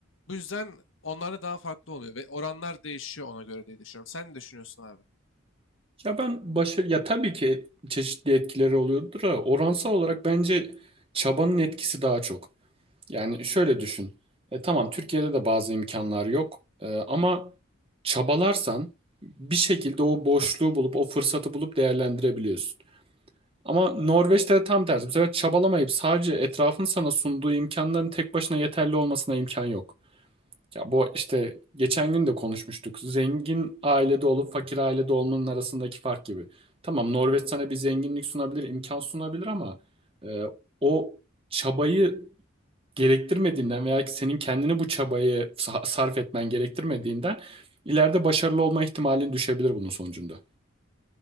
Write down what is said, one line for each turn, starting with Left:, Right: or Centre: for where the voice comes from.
Left: Bu yüzden onlar da daha farklı oluyor ve oranlar değişiyor ona göre diye düşünüyorum. Sen ne düşünüyorsun abi?
Right: Ya ben başarı ya tabii ki çeşitli etkileri oluyordur ama oransal olarak bence çabanın etkisi daha çok. Yani şöyle düşün. E, tamam Türkiye'de de bazı imkanlar yok E, ama çabalarsan bir şekilde o boşluğu bulup o fırsatı bulup değerlendirebiliyorsun. Ama Norveç'te de tam tersi. Bu sefer çabalamayıp sadece etrafın sana sunduğu imkanların tek başına yeterli olmasına imkan yok. Ya bu işte geçen gün de konuşmuştuk. Zengin ailede olup fakir ailede olmanın arasındaki fark gibi. Tamam Norveç sana bir zenginlik sunabilir, imkan sunabilir ama e, o çabayı gerektirmediğinden veya ki senin kendini bu çabayı sa- sarf etmen gerektirmediğinden ileride başarılı olma ihtimalin düşebilir bunun sonucunda.